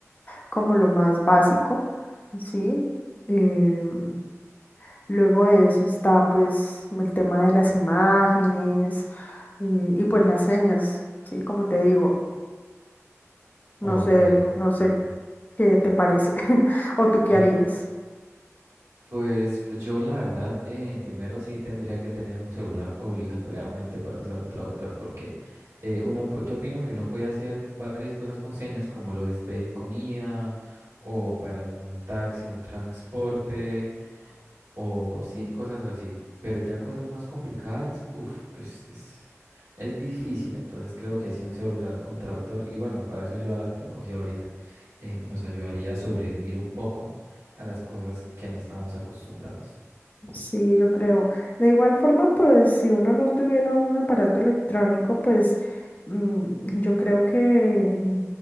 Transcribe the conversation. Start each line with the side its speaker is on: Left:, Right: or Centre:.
Left: como lo más básico, ¿sí? Em, luego de eso está pues el tema de las imágenes eh, y, pues las señas, ¿sí? Como te digo, no
Right: ok,
Left: sé,
Right: comprando.
Left: no sé qué te parece <laughs> o tú qué
Right: <laughs>
Left: harías.
Right: Pues yo la verdad, eh, primero sí tendría que tener un celular obligatoriamente para usar un traductor porque eh, uno, pu- yo opino que uno puede hacer varias cosas con señas como lo es pedir comida o parar un taxi, un transporte. O sí, cosas así, pero ya cosas más complicadas, uff, es, es, es difícil. Entonces creo que sí un celular con traductor, y bueno, para eso ayuda la tecnología ahorita, eh, nos ayudaría a sobrevivir un poco a las cosas que no estamos acostumbrados.
Left: Sí, yo creo. De igual forma, pues si uno no tuviera un aparato electrónico, pues mm, yo creo que, mm,